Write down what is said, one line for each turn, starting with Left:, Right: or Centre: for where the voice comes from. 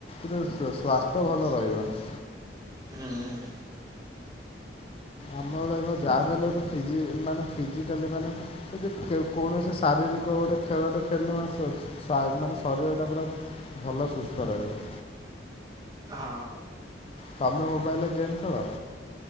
Left: <unintelligible> ସ୍ଵାସ୍ଥ୍ୟ ଭଲ ରହିବନି।
Right: ହୁଁ ହୁଁ।
Left: ଆମ ବେଳେ କଣ ଯାହାବି ହେଲେ ଗୋଟେ ଫିଜି ମାନେ ଫିଜାକାଲି ମାନେ ଯଦି କେ କୌଣସି ଶାରୀରିକ ଗୋଟେ ଖେଳଟେ ଖେଳିଲେ ମାନେ <unintelligible> ଶ୍ୱା ମାନେ ଶରୀରଟା ପୁରା ଭଲ ସୁସ୍ଥ ରହିବ।
Right: ହଁ।
Left: ତମେ ମୋବାଇଲରେ ଗେମ ଖେଳ?